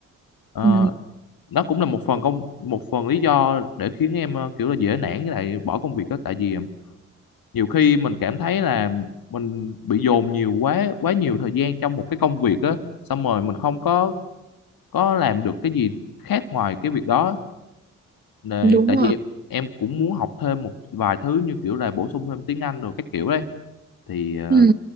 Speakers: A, on the left; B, on the right.
A: Ờ,
B: Ừ.
A: nó cũng là một phần công một phần lý do để khiến em ờ, kiểu là dễ nản với lại bỏ công việc đó tại vì ờ, nhiều khi mình cảm thấy là mình bị dồn nhiều quá quá nhiều thời gian trong một cái công việc á xong rồi mình không có có làm được cái gì khác ngoài cái việc đó Nè,
B: Đúng
A: tại vì
B: rồi.
A: em em cũng muốn học thêm một vài thứ như kiểu là bổ sung thêm tiếng Anh rồi các kiểu đấy thì ờ,
B: Ừ.